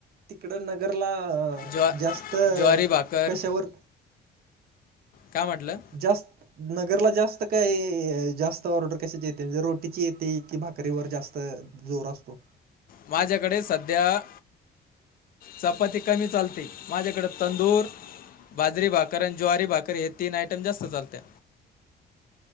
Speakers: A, on the right (about 60°); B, on the left (about 55°).
A: तिकडं नगरला अ
B: ज्वा
A: जास्त
B: ज्वारी भाकर
A: कशावर?
B: काय म्हटलं,
A: जास्त. नगरला जास्त काय जास्त ऑर्डर कशाची येते, रोटीची येते की भाकरीवर जास्त. जोर असतो.
B: माझ्याकडे सध्या चपाती कमी चालते. माझ्याकड तंदूर, बाजरी, भाकर आणि ज्वारी भाकरी हे तीन आयटम जास्त चालत्या.